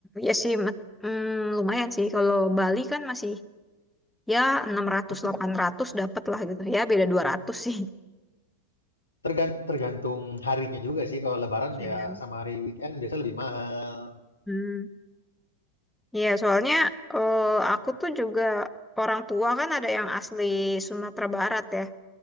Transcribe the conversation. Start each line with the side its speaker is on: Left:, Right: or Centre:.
Centre: ya sih met- hmm, lumayan sih. Kalau Bali kan masih ya enam ratus
Left: Emang
Centre: delapan ratus dapat lah gitu. Ya beda 200 sih.
Left: tergan- tergantung harinya juga sih. Kalau Lebaran
Centre: Iya.
Left: ya sama hari weekend biasa lebih mahal.
Centre: Hmm. Iya, soalnya eh, aku tuh juga orang tua kan ada yang asli Sumatera Barat ya.